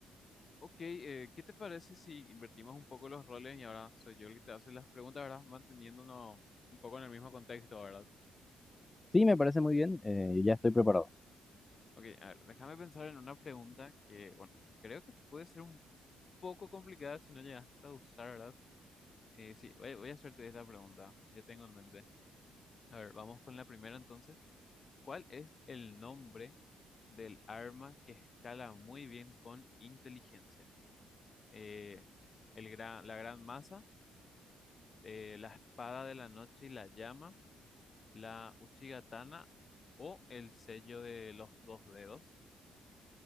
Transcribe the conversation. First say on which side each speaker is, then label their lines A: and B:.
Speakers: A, on the left; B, on the left.
A: Ok, eh, ¿qué te parece si invertimos un poco los roles y ahora soy yo el que te hace las preguntas, ¿verdad? Manteniéndonos un poco en el mismo contexto, ¿verdad?
B: Sí, me parece muy bien. eh, ya estoy preparado.
A: Ok, a ver, déjame pensar en una pregunta que, bueno, creo que puede ser un poco complicada si no llegaste a usar, ¿verdad? Eh, sí, voy, voy a hacerte esta pregunta, ya tengo en mente. A ver, vamos con la primera entonces. ¿Cuál es el nombre del arma que escala muy bien con inteligencia? Eh, el gran, la gran masa eh, la espada de la noche y la llama, la Uchigatana o el sello de los dos dedos.